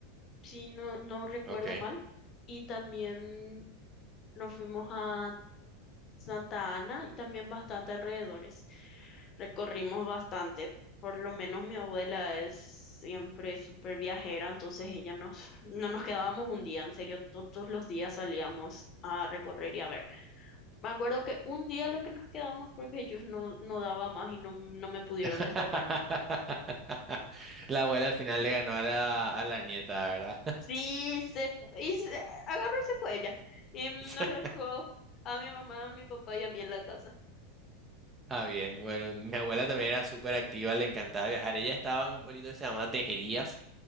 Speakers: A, on the left; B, on the right.
A: si no, no recuerdo
B: Ok.
A: mal, y también nos fuimos a Santa Ana y también bastante alrededores. Recorrimos bastante. Por lo menos mi abuela es siempre súper viajera, entonces ella nos, no nos quedábamos un día, en serio, todos los días salíamos a recorrer y a ver. Me acuerdo que un día lo que nos quedamos porque ellos no, no daba más y no, no me pudieron
B: <laughs>
A: despertar.
B: La abuela al final le ganó a la, a la nieta, ¿verdad?
A: Sí, se fu- y se- agarró y se fue ella. Y nos
B: <laughs>
A: dejó a mi mamá, a mi papá y a mí en la casa.
B: Ah, bien, bueno, mi abuela también era súper activa, le encantaba viajar. Ella estaba en un pueblito que se llama Tejerías,